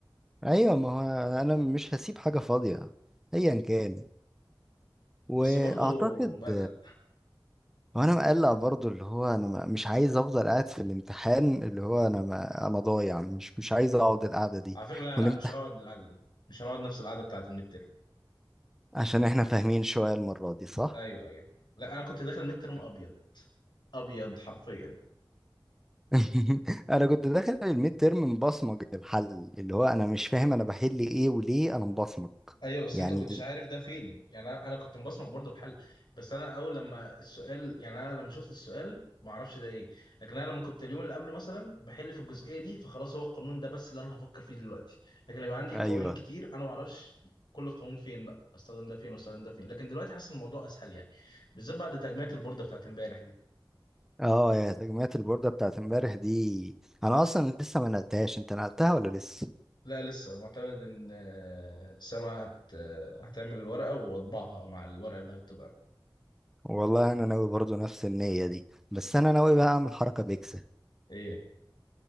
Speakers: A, in the centre; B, on the left (about 60°).
A: ايوه ما هو انا مش هسيب حاجة فاضية ايا كان واعتقد
B: بس برضه مقلق
A: وانا مقلق برضو اللي هو انا ما- مش عايز افضل قاعد في الامتحان اللي هو انا ما انا ضايع مش مش عايز اقعد القعده دي
B: على فكره لا لا
A: والامتحان
B: مش هنقعد القعده دي مش هنقعد نفس القعده بتاعت الميد تيرم
A: <laughs> عشان احنا فاهمين شويه المره دي صح
B: ايوه ايوه لا انا كنت داخل ميد تيرم ابيض ابيض حرفيا
A: <laughs> انا كنت داخل الميد تيرم مبصمج الحل اللي هو انا مش فاهم انا بحل ايه وليه انا مبصمج
B: ايوه بس
A: يعني
B: انت ما كنتش عارف ده فين يعني انا انا كنت مبصمك برضه بحل بس انا اول لما السؤال يعني انا لما شفت السؤال ما اعرفش ده ايه لكن انا لما كنت اليوم اللي قبله مثلا بحل في الجزئيه دي فخلاص هو القانون ده بس اللي انا هفكر فيه دلوقتي لكن لو عندي
A: ايوه
B: قوانين كتير انا ما اعرفش كل قانون فين بقى استخدم ده فين واستخدم ده فين لكن دلوقتي حاسس إن الموضوع اسهل يعني بالذات بعد تجميعة البوردة بتاعت امبارح دي
A: اه يا تجميعة البوردة بتاعت امبارح دي انا اصلا لسه ما نقلتهاش انت نقلتها ولا لسه
B: لا لسه معتمد ان آه، سما هت... آه، هتعمل الورقه واطبعها مع الورقه اللي هتبقى
A: والله انا ناوي برضو نفس النية دي بس انا ناوي بقى اعمل حركة بيكسل
B: ايه